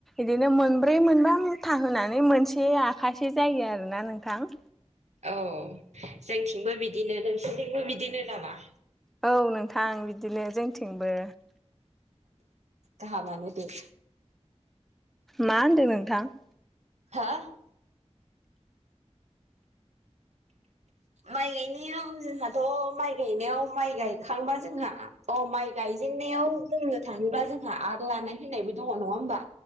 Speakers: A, in the centre; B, on the right.
A: इदिनो मोनब्रै मोनबा मुथा होनानै मोनसे आखासे जायो आरोना नोंथां
B: औ जोंथिंबो बिदिनो नोंसिनथिंबो बिदिनो नामा
A: औ नोंथां बिदिनो जों थिंबो
B: गाहामानो दे
A: मा होनदों नोंथां
B: हो माइ गायनायाव जोंहाथ' माइ गायनायाव माइ गायखांबा जोंहा अ माइ गायजेननायाव बुंनो थाङोब्ला जोंहा आग लानाय होननायबो दङ नङा होमबा